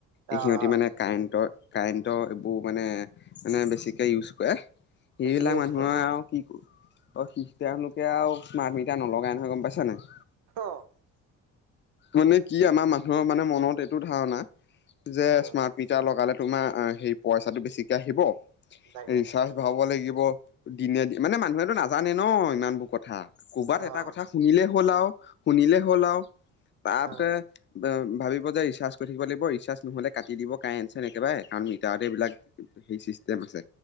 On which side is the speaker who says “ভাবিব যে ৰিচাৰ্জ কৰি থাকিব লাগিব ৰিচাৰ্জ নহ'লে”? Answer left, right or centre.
Left